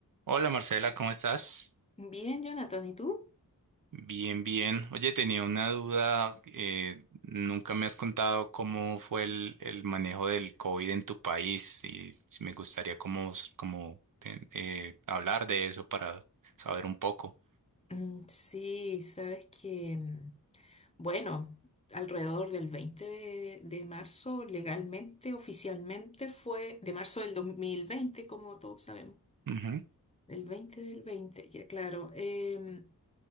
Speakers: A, on the right; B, on the left.
A: Hola Marcela, ¿cómo estás?
B: Bien, Jonathan, ¿y tú?
A: Bien, bien. Oye, tenía una duda. eh, nunca me has contado cómo fue el, el manejo del COVID en tu país y si me gustaría como, s- como, te- eh, hablar de eso para saber un poco.
B: Mm, sí, sabes que, mm, bueno, alrededor del 20 de, de marzo, legalmente, oficialmente fue de marzo del 2020, como todos sabemos,
A: Ujú,
B: el 20 del 20. ya claro, em,